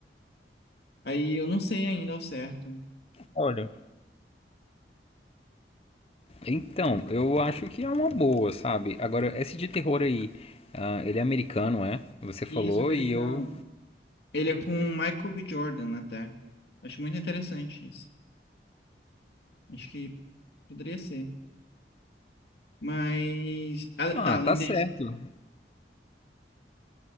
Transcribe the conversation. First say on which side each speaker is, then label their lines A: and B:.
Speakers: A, on the left (about 70°); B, on the left (about 35°).
A: Aí eu não sei ainda ao certo.
B: Olha. Então, eu acho que é uma boa, sabe? Agora, esse de terror aí, ah, ele é americano, é? Você falou
A: Isso, americano.
B: e eu.
A: Ele é com o Michael B. Jordan até. Acho muito interessante isso. Acho que poderia ser. Mas. Ah,
B: Ah,
A: tá, além
B: tá certo.
A: desse.